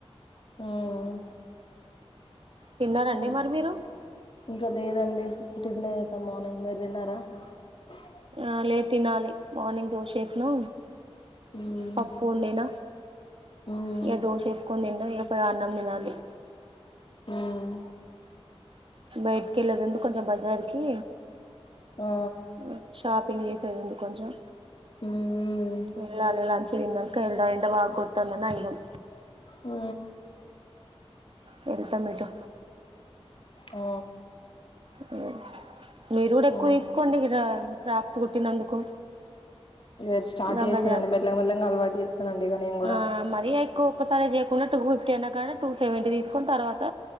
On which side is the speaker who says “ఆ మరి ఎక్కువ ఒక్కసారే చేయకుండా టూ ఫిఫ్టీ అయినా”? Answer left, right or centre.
Right